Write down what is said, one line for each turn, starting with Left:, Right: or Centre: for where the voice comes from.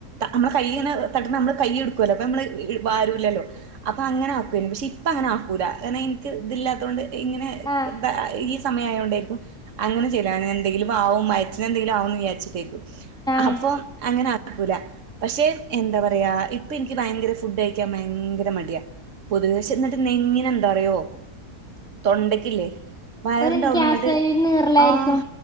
Right: നമ്മള കൈ ഇങ്ങനെ എഹ് തട്ട്മ്മ നമ്മള് കൈ എടുക്കുവല്ലോ അപ്പൊ മ്മള് വാരൂല്ലല്ലോ അപ്പം അങ്ങനെ ആക്കുവേയ്നു പക്ഷെ ഇപ്പം അങ്ങന ആക്കൂല കാരണം എനിക്ക് ഇതില്ലാത്തുകൊണ്ട് ഇങ്ങനെ
Centre: ആഹ്
Right: അ ഈ സമയയൊണ്ടേയിരിക്കും അങ്ങനെ ചെയ്‌ല എന്തെങ്കിലും ആവും വയറ്റിന് എന്തെങ്കിലും ആവുന്ന് വിചാരിച്ചിട്ടേയിരിക്കും
Centre: ആഹ്
Right: അപ്പം അങ്ങന ക്കൂല പക്ഷെ എന്താ പറയാ ഇപ്പം എനിക്ക് ഭയങ്കര ഫുഡ് കഴിക്കാൻ ഭയങ്കര മടിയാ പൊതുവേ ശന്നിട്ട് നെഞ്ഞിന് എന്താറിയോ തൊണ്ടയ്ക്കില്ലേ വയറിന്റെ
Centre: ഒരു
Right: അവിടുന്ന്
Centre: ഗ്യാസ്
Right: ഇങ്ങട്ട്
Centre: ഒരു നീറലായിരിക്കും
Right: ആഹ്